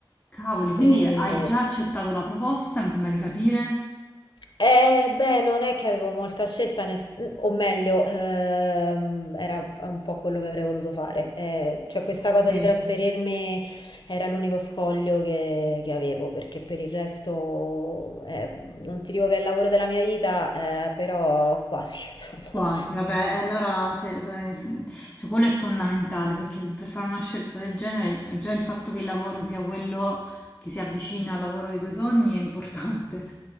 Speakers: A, on the left; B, on the left.
A: Cavoli, quindi
B: Eh,
A: hai già accettato la proposta, mi sembra di capire.
B: eh, beh, non è che avevo molta scelta, nel s- o meglio, ehm, era un po' quello che avrei voluto fare. Eh, cioè, questa
A: Ok.
B: cosa di trasferirmi era l'unico scoglio che, che avevo, perché per il resto, eh, non ti dico che è il lavoro della mia vita, eh, però quasi, <laughs> insomma.
A: Quasi, vabbè, e allora se- se- se- cioè, quello è fondamentale perché per fare una scelta del genere, già il fatto che il lavoro sia quello che si avvicina al lavoro dei tuoi sogni è importante.